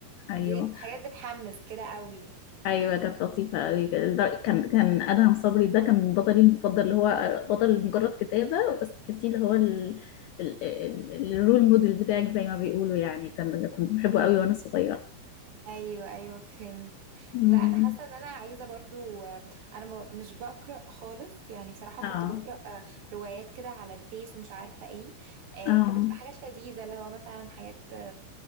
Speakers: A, on the left; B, on the right.
A: أيوه
B: دي حاجات بتحمس كده قوي
A: أيوه كانت لطيفة أوي الد- كان كان أدهم صبري ده كان بطلي المفضل اللي هو بطل مجرد كتابة بس تحسيه اللي هو ال... ال... ال... الرول موديل بتاعك زي ما بيقولوا يعني كان كنت بحبه أوي وأنا صغيرة
B: ايوه ايوه فهمت
A: مم.
B: لا انا حاسه ان انا عايزه برضو انا ما- مش بقرا خالص يعني بصراحه
A: اه
B: كنت بقرا آه، روايات كده على الفيس ومش عارفه ايه آه،
A: اه
B: كانت بتبقى حاجات لذيذه اللي هو مثلا حاجات